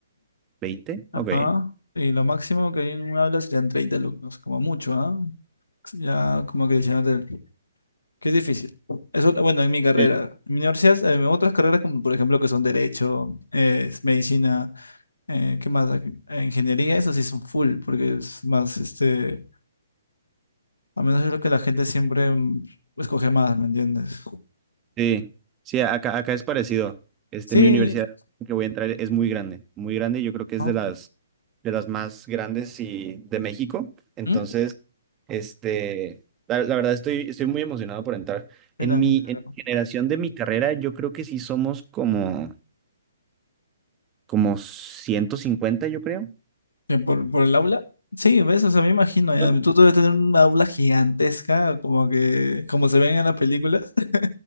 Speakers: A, on the right; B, on the left.
A: Veinte,
B: ajá,
A: Ok.
B: y lo máximo que hay en un aula serían 30 alumnos, como mucho, ¿ah? Ya como que diciéndote que es difícil. Eso, bueno, en mi carrera,
A: Sí.
B: en mi universidad, eh, en otras carreras como por ejemplo que son derecho, eh, es medicina, eh, ¿qué más? Eh, Ingeniería, eso sí son full, porque es más, este, a menos es lo que la gente siempre mm, escoge más, ¿me entiendes?
A: Sí. Sí, acá, acá es parecido. Este,
B: Sí,
A: mi universidad que voy a entrar es muy grande, muy grande. Yo creo que es
B: ¿no?
A: de las, de las más grandes y de México. Entonces,
B: ¿Mm?
A: este, la, la verdad estoy, estoy muy emocionado por entrar.
B: Mira,
A: En mi,
B: mira,
A: en
B: claro.
A: mi generación de mi carrera, yo creo que sí somos como, como 150 yo creo.
B: Eh, Por, por el aula. Sí, ves, o sea, me imagino, ya,
A: Bueno,
B: Tú debes tener un aula gigantesca, como que, como se ven en las películas, <laughs>